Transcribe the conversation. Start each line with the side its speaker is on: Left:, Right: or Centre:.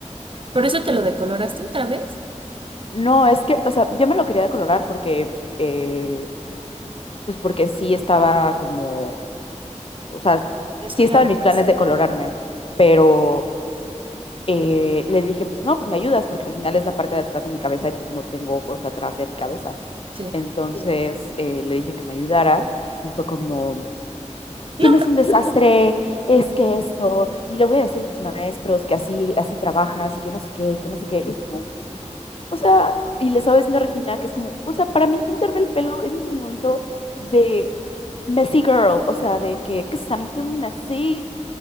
Right: ¿Por eso te lo decoloraste otra vez?
Left: No, es que, o sea, yo me lo quería decolorar porque, eh, pues porque sí estaba como, o sea,
Right: Descuidado,
Left: sí estaba en mis
Right: pues.
Left: planes de colorarme, pero eh, le dije, pues no, pues me ayudas porque al final es la parte de atrás de mi cabeza y pues no tengo ojos atrás de mi cabeza.
Right: Sí.
Left: Entonces eh, le dije que me ayudara y fue como,
Right: No,
Left: tienes un desastre, es que esto, y le voy a decir a tus maestros que así, así trabajas y que no sé qué, que no sé qué. Y es como, O sea, y le estaba diciendo a Regina que es como, o sea, para mí pintarme el pelo es mi momento de messy girl, o sea, de que, que something messy,